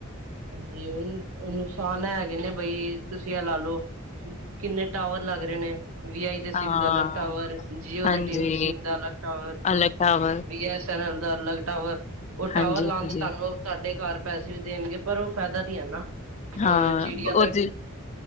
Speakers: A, on the right; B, on the left.
A: ਹਾਂਜੀ, ਹੁਣ ਨੁਕਸਾਨ ਹੈਗੇ ਨੇ ਬਈ ਤੁਸੀਂ ਏਹ ਲਾ ਲੋ ਕਿੰਨੇ ਟਾਵਰ ਲੱਗ ਰਏ ਨੇ। ਵੀ ਆਈ ਦੇ ਸਿੰਮ
B: ਹਾਂ
A: ਦਾ ਅਲਗ ਟਾਵਰ, ਜੀਓ
B: ਹਾਂਜੀ
A: ਦੇ ਟਿਮ ਸਿਮ ਦਾ ਅਲਗ ਟਾਵਰ
B: ਅਲੱਗ ਟਾਵਰ
A: ਬੀ <unintelligible> ਚੈਨਲ ਦਾ ਅਲੱਗ ਟਾਵਰ, ਉਹ ਟਾਵਰ
B: ਹਾਂਜੀ
A: ਲਾਣਦੇ
B: ਹਾਂਜੀ
A: ਤੁਆਨੂੰ ਤੁਆਡੇ ਘਰ ਪੈਸੇ ਵੀ ਦੇਣਗੇ। ਪਰ ਉਹ ਫੈਦਾ ਨੀ ਐ ਨਾ। ਅਹ
B: ਹਾਂ,
A: ਚਿੜੀਆਂ
B: ਉਹਦੀ
A: ਦਾ